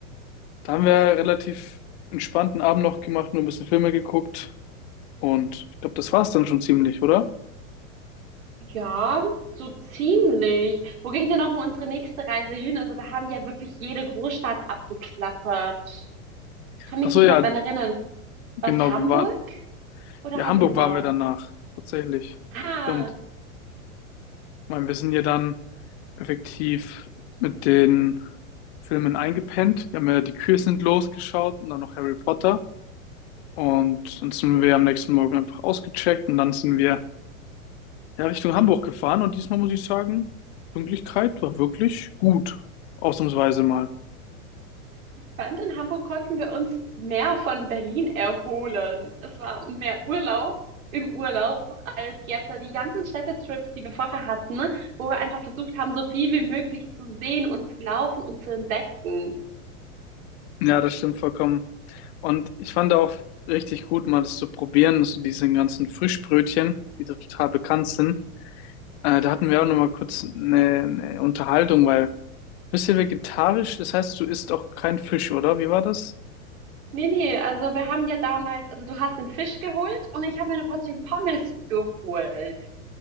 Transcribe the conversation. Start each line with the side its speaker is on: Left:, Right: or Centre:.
Left: Da haben wir relativ entspannten Abend noch gemacht, nur ein bisschen Filme geguckt. Und ich glaube, das war's dann schon ziemlich, oder?
Right: Ja, so ziemlich. Wo ging denn nochmal unsere nächste Reise hin? Also wir haben ja wirklich jede Großstadt abgeklappert. Kann
Left: Ach
Right: mich
Left: so,
Right: nicht
Left: ja,
Right: mehr dran erinnern.
Left: genau,
Right: War es Hamburg
Left: wir waren,
Right: oder
Left: ja,
Right: Hannover?
Left: Hamburg waren wir danach, tatsächlich.
Right: Ah,
Left: Stimmt. Ich meine, wir sind ja dann effektiv mit den Filmen eingepennt. Wir haben ja Die Kühe sind losgeschaut und dann noch Harry Potter. Und dann sind wir am nächsten Morgen einfach ausgecheckt und dann sind wir ja, Richtung Hamburg gefahren. Und diesmal muss ich sagen, Pünktlichkeit war wirklich gut. Ausnahmsweise mal.
Right: ich fand, in Hamburg konnten wir uns mehr von Berlin erholen. Es war mehr Urlaub im Urlaub als jetzt Also die ganzen Städtetrips, die wir vorher hatten, wo wir einfach versucht haben, so viel wie möglich zu sehen und zu laufen und zu entdecken.
Left: Ja, das stimmt vollkommen. Und ich fand auch richtig gut, mal das zu probieren, so diese ganzen Frischbrötchen, die da total bekannt sind. Äh, da hatten wir auch nochmal kurz eine, eine Unterhaltung, weil Bisschen vegetarisch, das heißt, du isst auch kein Fisch, oder? Wie war das?
Right: Nee, nee, also wir haben ja damals, also du hast den Fisch geholt und ich habe mir eine Portion Pommes geholt.